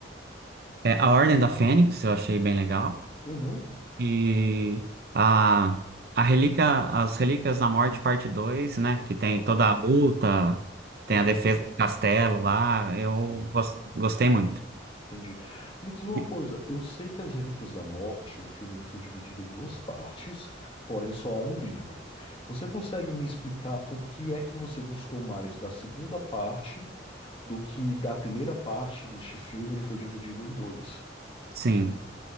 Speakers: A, on the right (about 55°); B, on the left (about 30°).
A: é, a Ordem da Fênix eu achei bem legal.
B: Uhum.
A: E a, a Relíquia, as Relíquias da Morte, parte 2, né? Que tem
B: Aham.
A: toda a luta, tem
B: Aham.
A: a defesa do castelo lá.
B: Entendi.
A: Eu gos- gostei muito.
B: Entendi. Me diz uma
A: E-
B: coisa, eu sei que As Relíquias da Morte, o filme ele foi dividido em duas partes, porém só há um livro. Você consegue me explicar por que é que você gostou mais da segunda parte do que da primeira parte deste filme? Ele foi dividido em dois.
A: Sim.